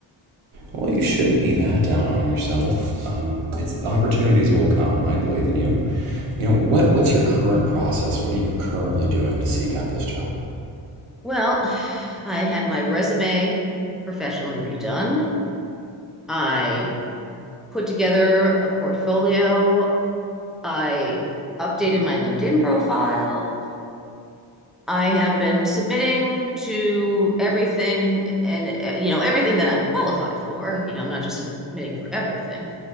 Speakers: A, on the right (about 80°); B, in the centre.
A: Well, you shouldn't be that down on yourself. Um, it's opportunities will come. I believe in you. You know what? What's your current process? What are you currently doing to seek out this job?
B: Well, I had my resume professionally redone. I put together a portfolio. I updated my LinkedIn profile. I have been submitting to everything and, uh, you know, everything that I'm qualified for. You know, I'm not just submitting for everything,